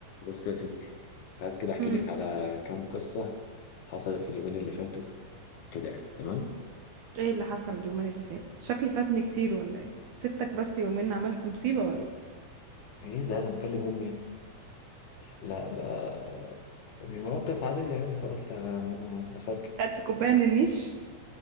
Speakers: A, on the left; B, on the right.
A: بص يا ستي كنت عايز كده احكي
B: امم
A: لك على كام قصه حصلت في اليومين اللي فاتوا كده يعني تمام
B: ايه اللي حصل اليومين اللي فاتوا شكلي فاتني كتير ولا ايه سبتك بس يومين عملت مصيبة ولا ايه
A: ايه ده انا مكلم امي لا لا المواقف عاديه يعني فقلت اما اشارك
B: خدت كوباية من النيش